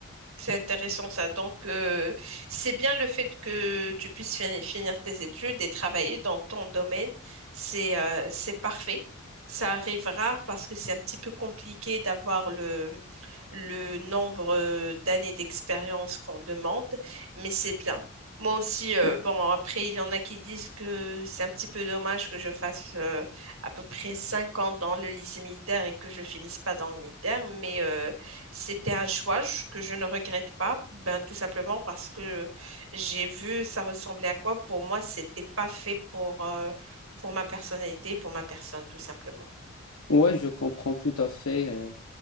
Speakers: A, on the right; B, on the left.
A: C'est intéressant ça. Donc, euh, c'est bien le fait que tu puisses fini- finir tes études et travailler dans ton domaine. C'est euh, c'est parfait. Ça arrive rare parce que c'est un petit peu compliqué d'avoir le, le nombre euh, d'années d'expérience qu'on demande, mais c'est bien. Moi aussi, euh,
B: Ouais,
A: bon, après, il y en a qui disent que c'est un petit peu dommage que je fasse euh, à peu près cinq ans dans le lycée militaire et que je finisse pas dans le militaire, mais euh, c'était un choix je- que je ne regrette pas, ben, tout simplement parce que j'ai vu ça ressemblait à quoi. Pour moi, c'était pas fait pour, euh, pour ma personnalité, pour ma personne, tout simplement.
B: Ouais, je comprends tout à fait. euh,